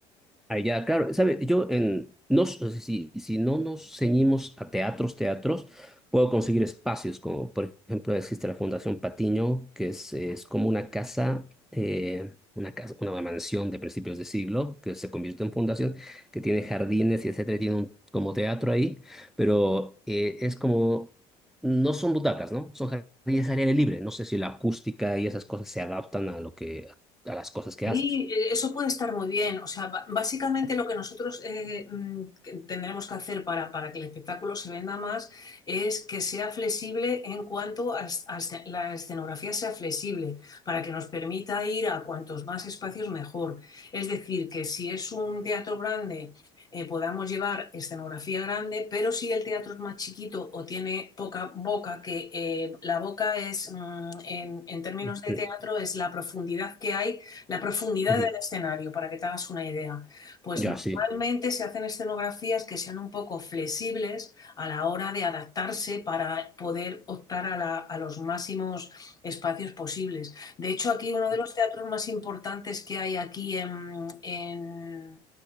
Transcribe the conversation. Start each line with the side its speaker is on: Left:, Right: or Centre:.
Centre: Allá, claro, sabe, yo en no s- si, si no nos ceñimos a teatros, teatros, puedo conseguir espacios como, por ejemplo, existe la Fundación Patiño, que es, es como una casa, eh, una casa, una mansión de principios de siglo que se convirtió en fundación, que tiene jardines y etcétera, y tiene un, como teatro ahí, pero eh, es como no son butacas, ¿no? Son jardines al aire libre. No sé si la acústica y esas cosas se adaptan a lo que a las cosas que
Left: Sí,
Centre: haces.
Left: eh, eso puede estar muy bien. O sea, ba- básicamente lo que nosotros eh, mm, que tendremos que hacer para, para que el espectáculo se venda más es que sea flexible en cuanto a, es- a esce- la escenografía sea flexible, para que nos permita ir a cuantos más espacios mejor. Es decir, que si es un teatro grande, eh, podamos llevar escenografía grande, pero si el teatro es más chiquito o tiene poca boca, que eh, la boca es, mm, en en términos
Centre: Mm,
Left: de teatro, es la profundidad que hay la profundidad
Centre: Ujú.
Left: del escenario, para que te hagas una idea. Pues
Centre: Ya,
Left: normalmente
Centre: sí.
Left: se hacen escenografías que sean un poco flexibles a la hora de adaptarse para poder optar a, la- a los máximos espacios posibles. De hecho, aquí uno de los teatros más importantes que hay aquí en, en-